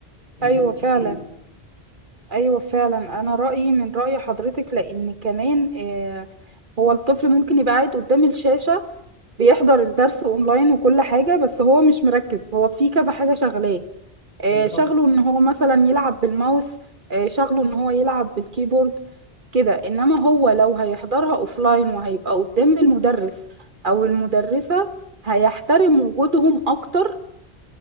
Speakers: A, on the left (about 40°); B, on the right (about 50°).
A: انت
B: ايوه
A: رأيك
B: فعلا
A: إيه؟
B: ايوه فعلا انا رايي من راي حضرتك لان كمان آه هو الطفل ممكن يبقى قاعد قدام الشاشه بيحضر الدرس اونلاين وكل حاجه بس هو مش مركز هو في كذا حاجه شغلاه آه
A: بالظبط
B: شغله ان هو مثلا يلعب بالماوس آه شغله ان هو يلعب بالكيبورد كده انما هو لو هيحضرها اوفلاين وهيبقى قدام المدرس او المدرسه هيحترم وجودهم اكتر